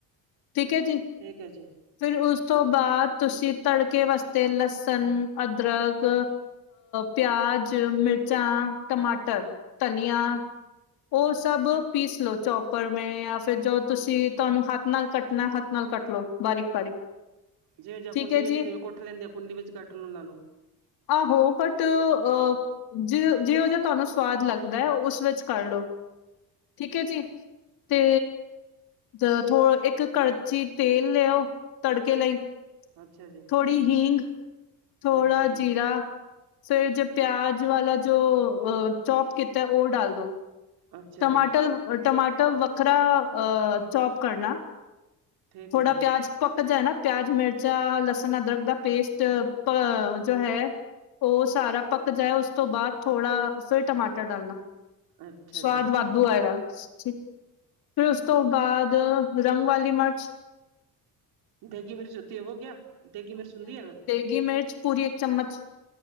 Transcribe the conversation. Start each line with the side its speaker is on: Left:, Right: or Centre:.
Left: ਠੀਕ ਹੈ ਜੀ।
Right: ਠੀਕ ਹੈ ਜੀ।
Left: ਫਿਰ ਉਸ ਤੋਂ ਬਾਅਦ ਤੁਸੀਂ ਤੜਕੇ ਵਾਸਤੇ ਲਸਣ ਅਦਰਕ। ਪਿਆਜ ਮਿਰਚਾਂ ਟਮਾਟਰ। ਧਨੀਆ ਉਹ ਸਭ। ਪੀਸ ਲੋਓ ਚੋਪਰ ਮੈਂ ਜਾਂ ਫਿਰ ਜੋ ਤੁਸੀਂ ਤੁਹਾਨੂੰ ਹੱਥ ਨਾਲ ਕੱਟਣਾ ਹੱਥ ਨਾਲ ਕੱਟ ਲਓ ਬਾਰੀਕ ਬਾਰੀਕ।
Right: ਜਿਵੇਂ ਜਾਂ
Left: ਠੀਕ
Right: ਕੁੰਡੀ
Left: ਹੈ
Right: ਵਿੱਚ
Left: ਜੀ
Right: ਜਿਵੇਂ ਕੁੱਟ ਲੈਂਦੇ ਓ ਕੁੰਡੀ ਵਿੱਚ ਕੱਟ ਲਓ ਉਹਨਾਂ ਨੂੰ।
Left: ਆਹੋ ਬਟ ਅ ਜਿ ਜਿਓ ਜਿਆ ਤੁਹਾਨੂੰ ਸਵਾਦ ਲੱਗਦਾ ਉਸ ਵਿੱਚ ਕਰ ਲੋ। ਠੀਕ ਹੈ ਜੀ। ਤੇ ਦ ਥੋ ਏਕ ਕੜਚੀ ਤੇਲ ਲਿਓ ਤੜਕੇ ਲਈ।
Right: ਅੱਛਾ ਜੀ
Left: ਥੋੜ੍ਹੀ ਹੀਗ, ਥੋੜਾ
Right: ਅੱਛਾ ਜੀ
Left: ਜੀਰਾ। ਫੇਰ ਜੇ ਪਿਆਜ ਵਾਲਾ ਜੋ ਅ ਚੌਪ ਕੀਤਾ ਉਹ ਡਾਲ ਦੋ।
Right: ਅੱਛਾ
Left: ਟਮਾਟਰ
Right: ਜੀ
Left: ਅ ਟਮਾਟਰ ਵੱਖਰਾ ਅ ਚੌਪ ਕਰਨਾ।
Right: ਠੀਕ
Left: ਥੋੜਾ
Right: ਹੈ ਜੀ
Left: ਪਿਆਜ ਪੱਕ ਜਾਨਾ ਪਿਆਜ, ਮਿਰਚਾ, ਲਸਣ, ਅਦਰਕ ਦਾ ਪੇਸਟ ਪ ਜੋ ਹੈ। ਉਹ ਸਾਰਾ ਪੱਕ ਜਾਏ ਉਸ ਤੋਂ ਬਾਅਦ ਥੋੜਾ ਫੇਰ ਟਮਾਟਰ ਡਾਲਣਾ
Right: ਅੱਛਾ
Left: ਸਵਾਦ
Right: ਜੀ
Left: ਵੱਧ ਦੂ ਆਏਗਾ। ਫਿਰ ਉਸ ਤੋਂ ਬਾਅਦ ਰੰਗ ਵਲੀ ਮਰਚ
Right: ਦੇਗੀ ਮਿਰਚ ਹੋਤੀ ਏ ਵੋ ਕਿਆ? ਦੇਗੀ ਮਿਰਚ ਹੁੰਦੀ ਐ।
Left: ਗੀ ਮਿਰਚ ਪੂਰੀ ਇੱਕ ਚਮਚ